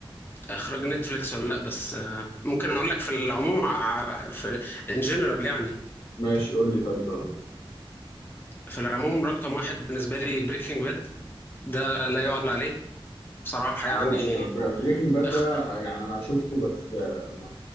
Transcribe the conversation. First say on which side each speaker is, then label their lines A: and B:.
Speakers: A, on the left; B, on the left.
A: اخراج نتفليكس ولا لا بس آه، ممكن اقول لك في العموم ع- في ان جنرال يعني
B: ماشي قول لي طيب في العموم
A: في العموم رقم واحد بالنسبه لي بريكنج باد ده لا يعلى عليه بصراحه
B: معرفش
A: يعني
B: بريكنج باد
A: أخ...
B: ده يعني انا شفته بس آه، ما